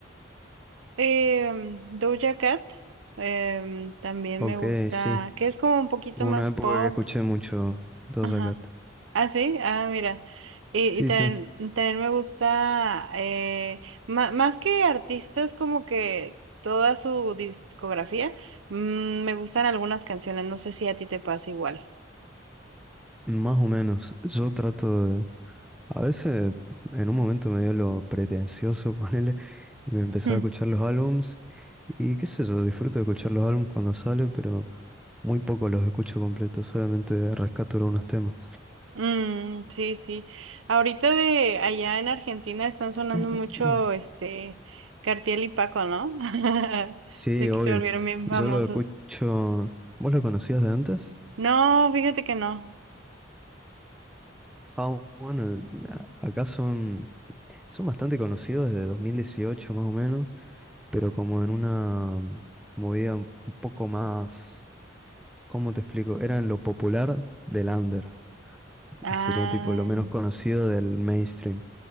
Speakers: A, on the right; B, in the centre.
A: Eh, Doja Cat, em, también
B: Ok,
A: me gusta,
B: sí.
A: que es como un poquito
B: Hubo
A: más
B: Una época
A: pop.
B: que escuché mucho Doja
A: Ajá.
B: Cat.
A: Ah, sí, ah, mira. Y,
B: Sí,
A: y también,
B: sí,
A: también me gusta, eh, ma- más que artistas, como que toda su discografía, mm, me gustan algunas canciones, no sé si a ti te pasa igual.
B: más o menos. Yo trato de, A veces en un momento me dio lo pretencioso, <laughs> ponerle y me empezó
A: <laughs>
B: a escuchar los álbums. Y qué sé yo, disfruto de escuchar los álbums cuando sale, pero muy poco los escucho completos, solamente rescato algunos temas.
A: Mm, sí, sí. Ahorita de allá en Argentina están sonando
B: <clears throat>
A: mucho este Cartiel y Paco, ¿no? <laughs>
B: Sí,
A: Sé
B: obvio.
A: que se volvieron bien
B: Yo
A: famosos.
B: lo escucho. ¿Vos lo conocías de antes?
A: No, fíjate que no.
B: Ah, bueno, el- a- acá son, son bastante conocidos desde 2018 más o menos, pero como en una movida un un poco más. ¿Cómo te explico? Eran lo popular del under
A: Ah,
B: y serían tipo lo menos conocido del mainstream.